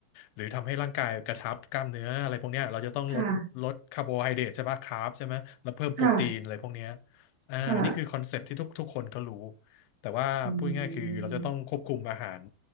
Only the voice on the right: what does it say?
ค่ะค
่ะ
อืม